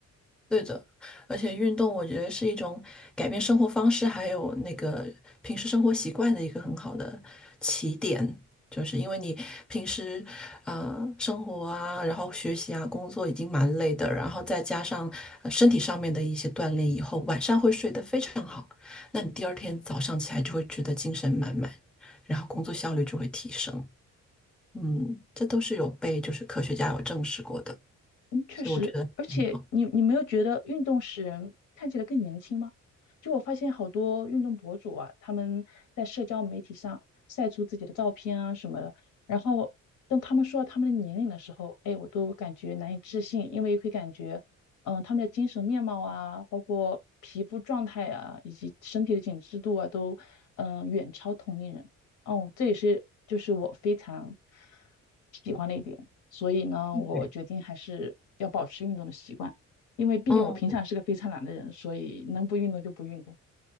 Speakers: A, in the centre; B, on the left (about 80°).
A: 对的，而且运动我觉得是一种改变生活方式，还有那个平时生活习惯的一个很好的起点，就是因为你平时啊，生活啊，然后学习啊，工作已经蛮累的，然后再加上呃身体上面的一些锻炼以后，晚上会睡得非常好，那你第二天早上起来就会觉得精神满满，然后工作效率就会提升。嗯，这都是有被就是科学家有证实过的。
B: 嗯，确实，
A: 所以我觉得很好。
B: 而且你你没有觉得运动使人看起来更年轻吗？就我发现好多运动博主啊，他们在社交媒体上晒出自己的照片啊什么的，然后当他们说到他们的年龄的时候，哎，我都感觉难以置信，因为会感觉，嗯、他们的精神面貌啊，包括皮肤状态啊，以及身体的紧致度啊，都嗯、呃远超同龄人。哦，这也是就是我非常喜欢的一点。所以呢，我决定还是要保持运动的习惯，
A: 对，
B: 因为毕竟我平常是个非常懒的人，
A: 嗯，
B: 所以能不运动就不运动。